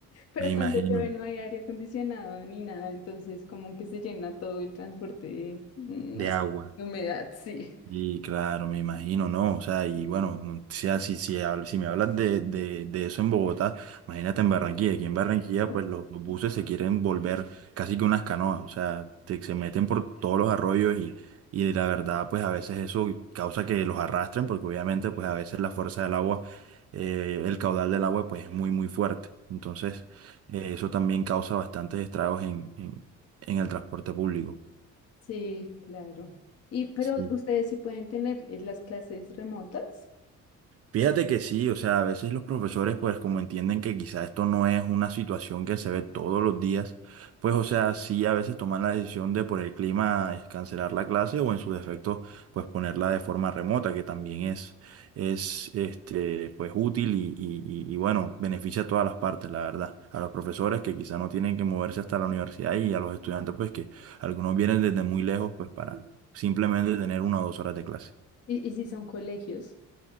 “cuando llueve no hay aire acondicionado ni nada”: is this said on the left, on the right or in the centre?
Left